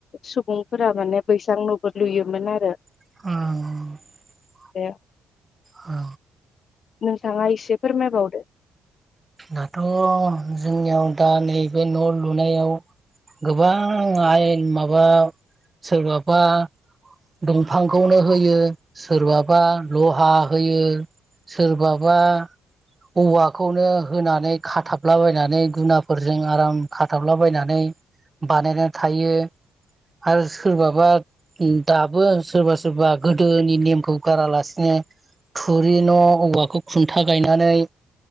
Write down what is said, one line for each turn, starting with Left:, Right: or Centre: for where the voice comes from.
Left: सुबुंफोरा माने बैसां नबो लुयोमोन आरो।
Right: ओं ओ।
Left: ए।
Right: औ।
Left: नोंथाङा एसे फोरमायबावदो।
Right: दाथ' जोंनियाव दा नैबे न' लुनायाव गोबां आयेन माबा सोरबाबा दंफांखौनो होयो सोरबाबा लहा होयो। सोरबाबा औवाखौनो होनानै खाथाबलाबायनानै गुनाफोरजों आराम खाथाबलाबायनानै बानायनानै थायो आरो सोरबाबा दाबो सोरबा सोरबा गोदोनि नेमखौ गारालासिनो थुरि न' औवाखौ खुन्था गायनानै